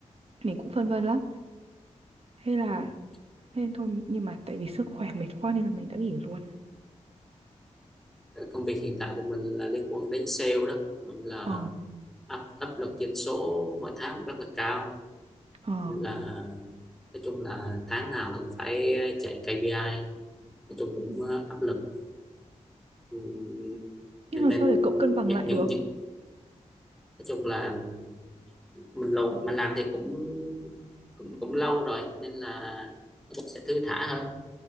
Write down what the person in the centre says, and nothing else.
Ừ,
công việc hiện tại của mình là liên quan đến sale đó là
áp áp lực doanh số mỗi tháng cũng rất là cao
nên là nói chung là tháng nào cũng phải chạy KPI nói chung cũng
ờ, áp lực Ừm,
nên
nên
những
những
những nói chung là mình lâu mình làm thì cũng cũng cũng lâu rồi nên là nó cũng sẽ thư thả hơn